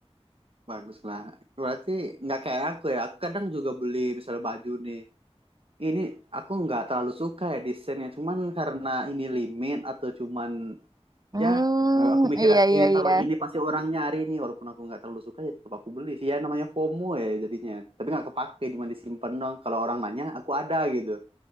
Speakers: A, on the right; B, on the right.
A: Bagus lah. Berarti nggak kayak aku ya. Aku kadang juga beli misalnya baju nih. Ini aku nggak terlalu suka ya desainnya. Cuman karena ini limit atau cuman
B: Hmm,
A: ya eh, aku mikir
B: iya iya
A: ini ntar
B: iya.
A: lagi ini pasti orang nyari nih walaupun aku nggak terlalu suka ya tetap aku beli sih ya namanya FOMO ya jadinya tapi nggak kepake cuma disimpan dong kalau orang nanya aku ada gitu